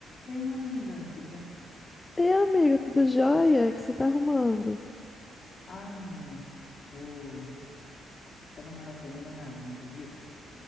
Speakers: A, on the left; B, on the left.
A: Ei, amiga, tudo bem?
B: E amigo, tudo jóia? O que você tá arrumando?
A: Ah, menina, tô... Tava maratonando Homem-Aranha, acredita?